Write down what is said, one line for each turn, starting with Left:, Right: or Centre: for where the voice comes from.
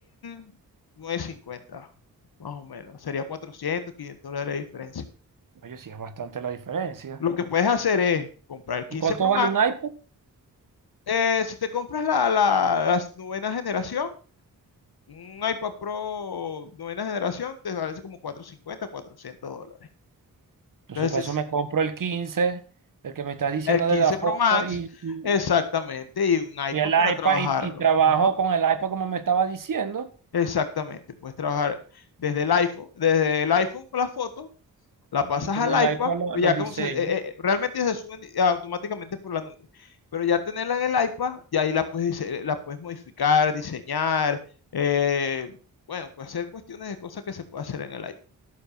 Left: 1950, más o menos. Sería 400, 500 dólares de diferencia.
Right: Oye, sí es bastante la diferencia.
Left: Lo que puedes hacer es comprar el 15
Right: ¿Y cuánto
Left: Pro
Right: vale
Left: Max
Right: un iPad?
Left: Eh, si te compras la, la, las novena generación, un iPad Pro novena generación te vale como 450 400 dólares.
Right: Entonces
Left: Entonces,
Right: para eso me
Left: es-
Right: compro el 15, el que me estás diciendo
Left: el 15
Right: de la
Left: Pro
Right: foto
Left: Max,
Right: y, y
Left: exactamente, y un iPad
Right: Y el
Left: para
Right: iPad,
Left: trabajarlo.
Right: y, y trabajo
Left: Ajá,
Right: con el iPad como me estaba diciendo,
Left: exactamente, puedes trabajar desde el iPhone, desde el iPhone con la foto la pasas
Right: y con
Left: al
Right: el iPad
Left: iPad,
Right: lo-
Left: pues
Right: los
Left: ya como
Right: diseños.
Left: se, eh, eh, realmente se suben automáticamente por la nube, pero ya tenerla en el iPad, y ahí la puedes, dise- la puedes modificar, diseñar, eh, bueno, pues hacer cuestiones de cosas que se puede hacer en el iPad.